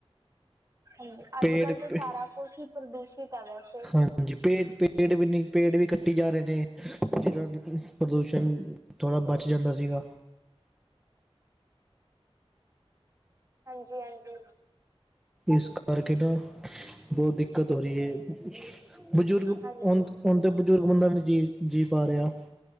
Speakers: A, on the right (about 30°); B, in the centre.
A: ਹਾਂਜੀ, ਅੱਜ-ਕੱਲ੍ਹ
B: ਪੇੜ ਪ-
A: ਤੇ ਸਾਰਾ ਕੁਛ ਈ ਪ੍ਰਦੂਸ਼ਿਤ ਆ, ਵੈਸੇ।
B: ਹਾਂਜੀ, ਪੇੜ-ਪੇੜ ਵੀ ਨੀ ਪੇੜ ਵੀ ਕੱਟੀ ਜਾ ਰੇ ਨੇ ਜਿਨਾਂ ਨੂੰ ਪ੍ਰਦੂਸ਼ਣ ਥੋੜਾ ਬਚ ਜਾਂਦਾ ਸੀਗਾ।
A: ਹਾਂਜੀ-ਹਾਂਜੀ।
B: ਇਸ ਕਰਕੇ ਨਾ, ਬਹੁਤ ਦਿੱਕਤ ਹੋ ਰਹੀ ਏ। ਬਜ਼ੁਰਗ,
A: ਹਾਂਜੀ
B: ਹੁਣ ਤੇ ਬਜ਼ੁਰਗ ਬੰਦਾ ਵੀ ਨਹੀਂ ਜੀ ਜੀਅ ਪਾ ਰਿਹਾ।